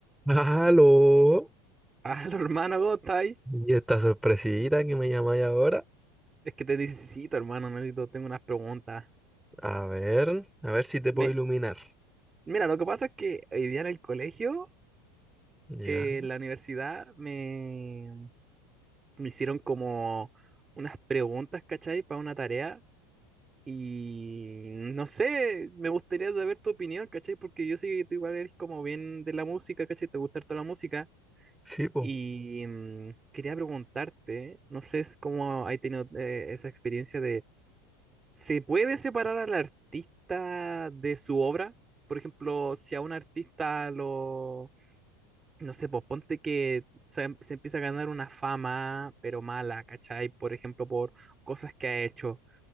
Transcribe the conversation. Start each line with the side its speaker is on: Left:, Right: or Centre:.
Centre: Aló,
Right: Ah, <laughs> hermano, ¿cómo está ahí?
Centre: y esta sorpresita que me llamáis ahora.
Right: Es que te necesito, hermano, necesito, tengo unas preguntas.
Centre: A ver, a ver si te puedo
Right: Me,
Centre: iluminar.
Right: mira, lo que pasa es que hoy día en el colegio,
Centre: Ya.
Right: eh, en la universidad, me, me hicieron como unas preguntas, ¿cachai? Para una tarea. Y no sé, me gustaría saber tu opinión, ¿cachai? Porque yo sé que tú igual eres como bien de la música, ¿cachai? Te gusta toda la música.
Centre: Sí, po.
Right: Y mm, quería preguntarte, no sé es cómo has tenido eh, esa experiencia ¿Se puede separar al artista de su obra? Por ejemplo, si a un artista lo, no sé, pues ponte que se, se empieza a ganar una fama, pero mala, ¿cachai? Por ejemplo, por cosas que ha hecho,